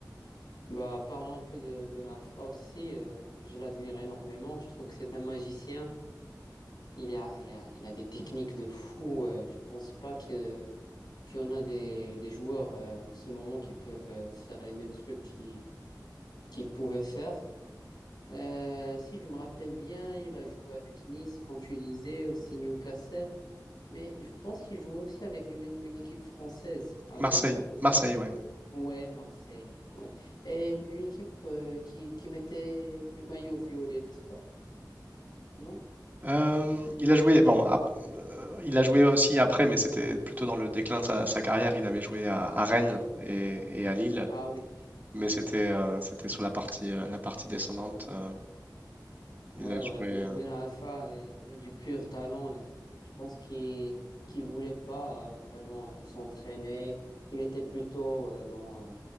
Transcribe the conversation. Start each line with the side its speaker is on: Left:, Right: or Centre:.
Left: Bah, parlons un peu de Ben Arfa aussi. euh, je l'admire énormément. Je trouve que c'est un magicien. Il a, il a, il a des techniques de fou. euh, je pense pas que qu'il y en a des, des joueurs euh, en ce moment qui peuvent euh, faire les mêmes trucs qu'il qu'il pouvait faire. Euh, si je me rappelle bien, il a joué avec Nice, comme tu disais, aussi Newcastle. Mais je pense qu'il jouait aussi avec une, une équipe française avant,
Right: Marseille,
Left: non?
Right: Marseille, ouais.
Left: Ouais, Marseille. Ouais. Et une équipe euh, qui, qui mettait le maillot violet, n'est-ce pas? Non?
Right: Euh, il a joué, bon, ap- euh, il a joué aussi après, mais c'était plutôt dans le déclin de sa, sa carrière. Il avait joué à, à Rennes et, et à Lille,
Left: Ah oui.
Right: mais
Left: Ouais,
Right: c'était euh, c'était sur la partie, euh, la partie descendante. euh,
Left: ouais,
Right: Il a joué.
Left: ouais. Ben,
Right: euh,
Left: Ben Arfa est, est du pur talent. et je pense qu'il qu'il voulait pas euh, vraiment euh, s'entraîner. Il était plutôt euh, dans, euh,